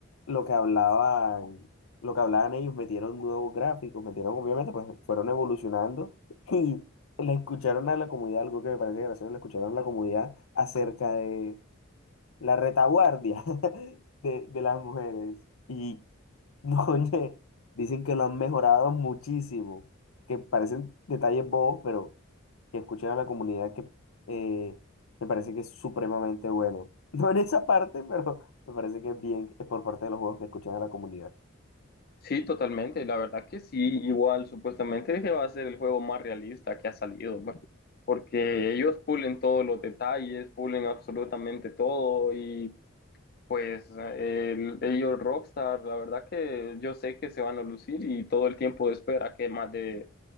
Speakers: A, on the left; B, on the left.
A: lo que hablaban, lo que hablaban ellos, metieron nuevos gráficos, metieron, obviamente, pues fueron evolucionando <laughs> y le escucharon a la comunidad, algo que me parece gracioso, le escucharon a la comunidad acerca de la retaguardia <laughs> de, de las mujeres. Y <laughs> no, oye, dicen que lo han mejorado muchísimo, que parecen detalles bobos, pero que escuchen a la comunidad que eh, me parece que es supremamente bueno. <laughs> No en esa parte, pero me parece que es bien que por parte de los juegos que escuchan a la comunidad.
B: Sí, totalmente. La verdad que sí, igual supuestamente que va a ser el juego más realista que ha salido, ¿no? porque ellos pulen todos los detalles, pulen absolutamente todo y pues el- ellos Rockstar, la verdad que yo sé que se van a lucir y todo el tiempo de espera que más de